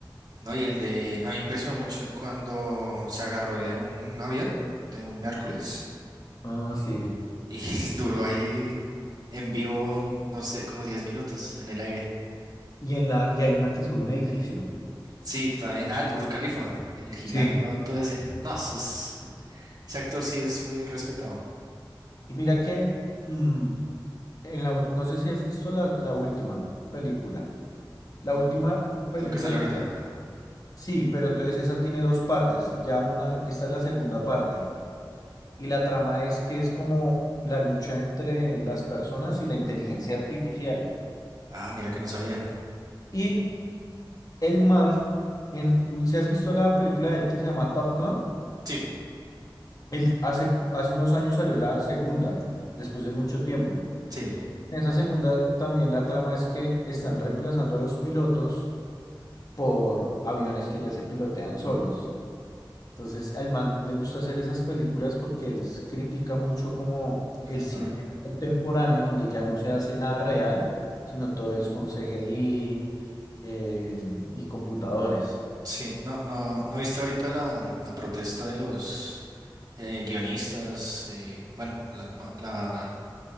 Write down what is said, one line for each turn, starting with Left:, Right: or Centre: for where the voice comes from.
Right: No, y el de, a mí me impresionó mucho el cuando se agarró de un avión, de un Hércules,
Left: Ah, sí.
Right: y <laughs> duró ahí en vivo, no sé, como 10 minutos en el aire.
Left: Y, en la, y hay una que sube a un edificio.
Right: Sí, también, ah, el Burj Khalifa, el gigantón,
Left: Sí.
Right: todo ese. No, eso es- ese actor sí es muy respetado.
Left: Y mira que, mm, en la, ul- no sé si has visto la, la última película. La
Right: Lo,
Left: última película
Right: lo que sale ahorita.
Left: tiene, sí, pero entonces esa tiene dos partes. Ya una, esta es la segunda parte. Y la trama es que es como la lucha entre las personas y la inteligencia artificial.
Right: Ah, mira que no sabía.
Left: Y El man, en, si has visto la película de él que se llama Top Gun,
Right: Sí,
Left: él hace, hace unos años salió la segunda, después de mucho tiempo.
Right: sí,
Left: En esa segunda también la trama es que están reemplazando a los pilotos por aviones que ya se pilotean solos. Entonces, al man le gusta hacer esas películas porque él s- critica mucho como
Right: la
Left: el
Right: tecnología.
Left: cine contemporáneo, donde ya no se hace nada real, sino todo es con CGI eh, y computadores.
Right: Sí, no, no, ¿no viste ahorita la, la protesta de los eh, guionistas? eh, bueno, la, ma- la